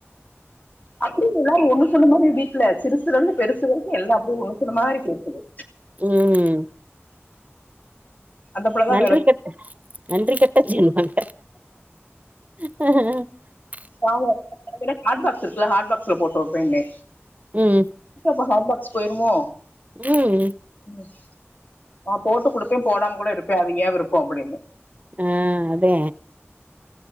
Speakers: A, on the left; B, on the right.
A: அப்டின் இல்லாம ஒண்ணு சொன்ன மாரி வீட்ல சிறுசுல இருந்து பெருசு வரைக்கு எல்லாம் அப்டியே ஒண்ணு சொன்ன மாரி பேசுது
B: ம்
A: அந்த புள்ளதா
B: நன்றி
A: வேல
B: கெட்ட நன்றி கெட் கெட்ட ஜென்மங் ஹ
A: <inaudible> ஸ்லா ஹாட்பாக்ஸ்ல போட்டு வெப்பேன்னே
B: ம்
A: எல்லா ஹாட்பாக்ஸ் போயிருமோ
B: ம்
A: ம் நா போட்டு குடுப்பே போடாம கூட இருப்பே அது ஏ விருப்போ அப்புடின்னு
B: ஆ அதே